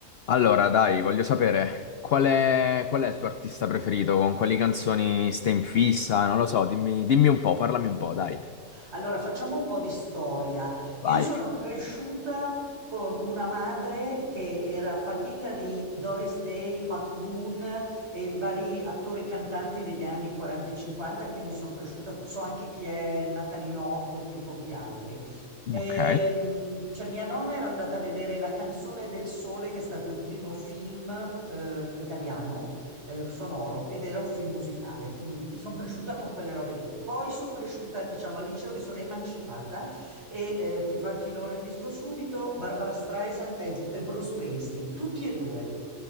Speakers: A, on the left (about 65°); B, on the right (about 50°).
A: Allora, dai, voglio sapere qual è, qual è il tuo artista preferito, con quali canzoni stai in fissa, non lo so, dimmi, dimmi un po', parlami un po', dai.
B: Allora, facciamo un po' di storia. Io
A: Vai.
B: sono cresciuta con una madre che era patita di Doris Day, Pat Boone e vari attori cantanti degli anni 40 e 50, quindi sono cresciuta, so anche chi è Natalino Otto più pochi altri. Ehm,
A: Ok,
B: cioè mia nonna era andata a vedere La canzone del sole, che è stato il primo film eh, italiano eh, sonoro ed era un film musicale, quindi sono cresciuta con quelle robe lì. Poi sono cresciuta, diciamo, al liceo mi sono emancipata e eh, ti faccio ti inorridisco subito, Barbara Streisand e, e Bruce Springsteen, tutti e due.